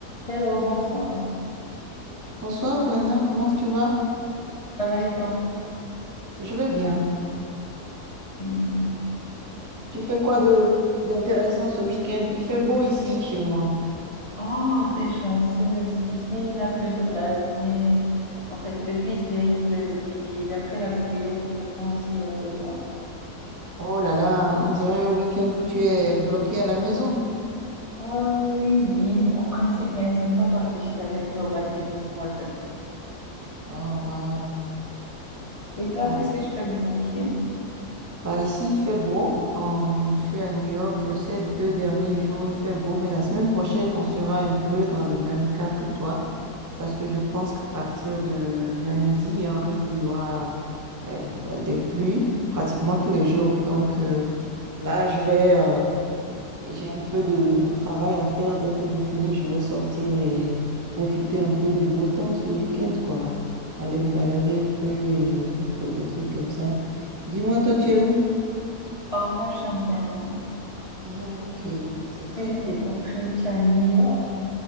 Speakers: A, on the left; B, on the right.
A: Hello, bonsoir.
B: Bonsoir Brenda, comment tu vas?
A: Ça va et toi?
B: Je vais bien.
A: Mm.
B: Tu fais quoi de d'intéressant ce week-end? Il fait beau ici chez moi.
A: Oh, t'es chanceuse. Ici, il a plu toute la journée. En fait, depuis hier, il pleut. Et d'après la météo, demain aussi, il va pleuvoir.
B: Oh là là, on dirait un week-end où tu es bloqué à la maison.
A: Ah oui, oui, en principe, mais ça ne m'a pas empêché d'aller jouer au badminton ce matin.
B: Oh wow.
A: Et toi,
B: Ah,
A: qu'est-ce
B: ici-
A: que tu fais de ton week-end?
B: Bah ici il fait beau. Hum, je suis à New York euh, ces deux derniers jours il fait beau, mais la semaine prochaine on sera un peu dans le même cas que toi. Parce que je pense qu'à partir de lundi, hein, il y aura euh, b- euh, des pluies pratiquement tous les jours. Donc euh, là, je vais, euh, j'ai un peu de, de travail à faire. Dès que je finis, je vais sortir et profiter un peu du beau temps ce week-end, quoi. Aller me balader un peu et des trucs, des trucs comme ça. Dis-moi, toi, tu es où?
A: Oh, moi, je suis en Finlande.
B: Ah, ok, c'est
A: Si
B: très
A: j'ai
B: cool.
A: bien compris, tu es à New York.